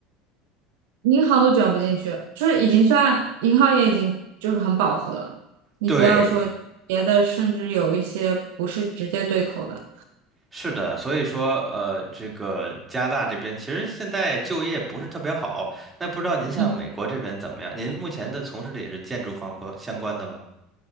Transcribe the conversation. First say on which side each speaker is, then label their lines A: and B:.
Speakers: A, on the right (about 75°); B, on the right (about 20°).
A: 银行都卷不进去，就是已经算银行也已经就是很饱和了。你不要说别的，
B: 对，
A: 甚至有一些不是直接对口的。
B: 是的，所以说，呃，这个加拿大这边其实现在就业不是特别好。那不知道您像美国这边怎么样？
A: 嗯。
B: 您目前的从事的也是建筑方关相关的吗？